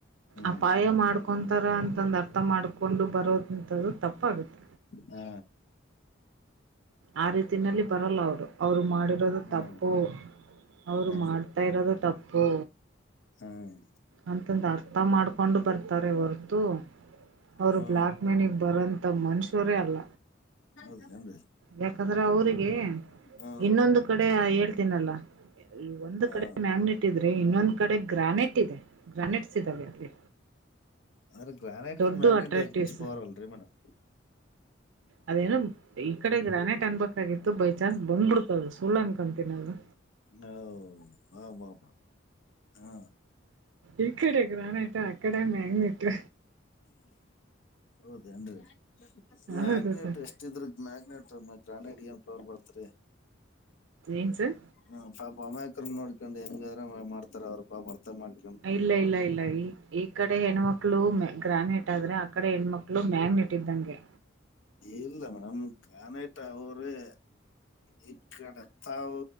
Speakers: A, on the left; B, on the right.
A: ಹ್ಮ್
B: ಅಪಾಯ ಮಾಡ್ಕೊತಾರ ಅಂತಂದು ಅರ್ಥ ಮಾಡ್ಕೊಂಡು ಬರೋದಂತದ ತಪ್ಪಾಗುತ್ತೆ.
A: ಹಾ
B: ಆ ರೀತಿನಲ್ಲಿ ಬರಲ್ಲ ಅವರು. ಅವ್ರು ಮಾಡಿರೋದು
A: ಹಾ
B: ತಪ್ಪು ಅವ್ರು
A: ಹಾ
B: ಮಾಡ್ತಾ ಇರೋದು ತಪ್ಪು.
A: ಹ್ಮ್
B: ಅಂತಂದು ಅರ್ಥ ಮಾಡ್ಕೊಂಡು ಬರ್ತಾರೆ ಹೊರತು ಅವರು
A: ಹಾ
B: ಬ್ಲ್ಯಾಕ್ ಮೆನಿಗೆ ಬರಂತ ಮನುಷ್ಯವರೇ ಅಲ್ಲ.
A: ಹೌದೇನ್ರಿ.
B: ಯಾಕಂದ್ರೆ ಅವ್ರಿಗೆ
A: ಹ್ಮ್
B: ಇನ್ನೊಂದು ಕಡೆ ಹೇಳ್ತೀನಲ್ಲ. ಒಂದು
A: ಹಾ
B: ಕಡೆ ಮ್ಯಾಗ್ನೆಟ್ ಇದ್ರೆ ಇನ್ನೊಂದ್ ಕಡೆ ಗ್ರಾನೆಟ್ ಇದೆ ಗ್ರಾನೆಟ್ಸ್ ಇದ್ದಾವೆ ಅಲ್ಲಿ.
A: ಆದ್ರ ಗ್ರಾನೈಟ್ಗಿಂತ್
B: ದೊಡ್ಡ
A: ಮ್ಯಾಗ್ನೇಟೇ
B: ಅಟ್ರಾಕ್ಟಿವ್ಸ್
A: ಹೆಚ್ಚ ಪವರ್ ಅಲ್ರಿ ಮೇಡಂ.
B: ಅದೇನು ಈ ಕಡೆ ಗ್ರಾನೇಟ್ ಅನ್ಬೇಕಾಗಿತ್ತು ಬೈ ಚಾನ್ಸ್ ಬಂದ್ಬಿಡ್ತದ ಸುಳ್ಳು ಅನ್ಕೊತೀನ ಅದು.
A: ಹ ಹೌ ಬಾ ಬಾ ಬ ಹಾ
B: ಈ ಕಡೆ ಗ್ರಾನೈಟು ಆಕಡೆ ಮ್ಯಾಗ್ನೇಟು.
A: ಹೌದೆನ್ರಿ ಮ್ಯಾಗ್ನೆೇಟ್
B: ಹೌದು ಸರ್
A: ಎಷ್ಟ ಇದ್ರ ಮ್ಯಾಗ್ನೆೇಟ್ ಮ್ಯ ಬ್ರ್ಯಾಂಡೆಡ್ ಏನ್ ಪವರ್ ಬರ್ತರಿ.
B: ಏನ್ಸರ್
A: ಹ್ಮ ಪಾಪ ಅಮಾಯಕ್ರನ್ ನೋಡ್ಕೊಂಡು ಹೆಂಗಾರ ಮಾಡ್ತಾರ ಅವ್ರರು ಪಾಪ ಅರ್ಥ ಮಾಡ್
B: ಇಲ್ಲ ಇಲ್ಲ ಇಲ್ಲ ಈ ಈ ಕಡೆ ಹೆಣ್ಮಕ್ಳು ಮೆ ಗ್ರಾನೇಟ್ ಆದ್ರೆ ಆ ಕಡೆ ಹೆಣ ಮಕ್ಳು ಲು ಮ್ಯಾಗ್ನೆಟ್ ಇದ್ದಂಗೆ.
A: ಇಲ್ಲ ಮೇಡಮ್ ಗ್ರಾನೈಟ್ ಅವರೇ. ಈ ಕಡೆ ತಾವು